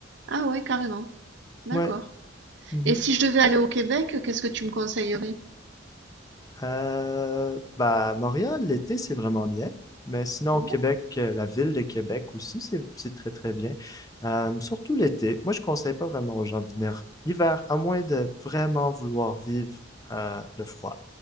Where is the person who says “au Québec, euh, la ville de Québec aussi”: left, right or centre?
Left